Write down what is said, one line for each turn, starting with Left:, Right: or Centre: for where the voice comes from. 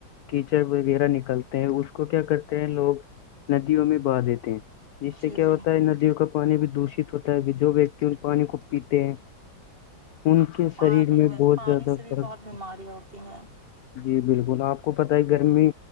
Left: کیچڑ وغیرہ نکلتے ہیں اس کو کیا کرتے ہیں لوگ ندیوں میں بہ دیتے ہیں جس سے
Right: جی
Left: کیا
Right: جی
Left: ہوتا ہے ندیوں کا پانی بھی دوشت ہوتا ہے جو و تل پانی خوب پیتے ان کے شریر
Right: پانی
Left: میں بہت
Right: پانی
Left: زیادہ
Right: سے بھی
Left: فرق
Right: بہت
Left: تھا
Right: بیماریاں ہوتی ہیں
Left: جی بالکل آپ کو پت ہے گرمی